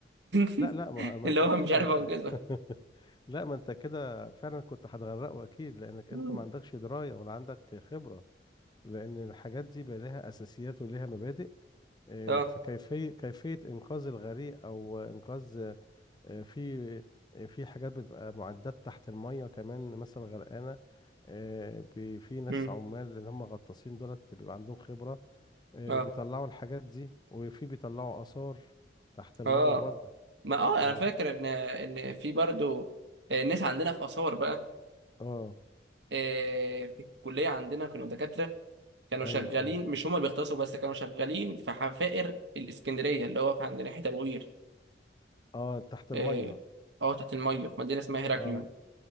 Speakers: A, on the right; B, on the left.
A: <laughs>
B: لا لا ما, ما
A: اللي
B: انت
A: هو
B: اكيد
A: مش
B: ما
A: عارف
B: عندك
A: انقذه
B: <laughs> لا ما انت كده فعلا كنت هتغرقه اكيد لانك
A: مم.
B: انت ما عندكش دراية ولا عندك خبرة لان الحاجات دي بقى لها اساسيات ولها مبادئ آه،
A: اه
B: في كيفية كيفية إنقاذ الغريق أو إنقاذ آه، في آه، في حاجات بتبقى معدات تحت المية كمان مثلا غرقانة آه، بي- في ناس
A: امم
B: عمال اللي هم غطاسين دولت بيبقى عندهم خبرة آه،
A: اه
B: وبيطلعوا الحاجات دي وفي بيطلعوا آثار تحت المية
A: اه
B: برضه
A: ما اه
B: اه
A: انا فاكر ان ان في برضو آه، ناس عندنا في اثار بقى
B: اه
A: آه، في الكلية عندنا كانوا دكاترة كانوا
B: ايوه
A: شغالين
B: ايوه
A: مش هما اللي بيختصروا بس كانوا شغالين في حفائر الإسكندرية اللي هو في عند ناحية أبوير
B: اه تحت المية
A: اه آه، تحت المية في مدينة اسمها هيراكليون
B: اه